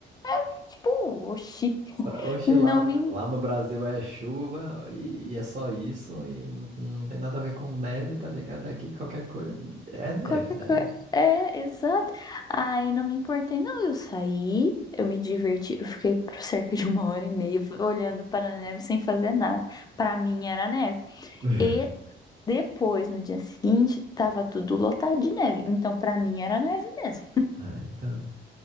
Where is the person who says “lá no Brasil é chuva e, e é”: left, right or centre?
Right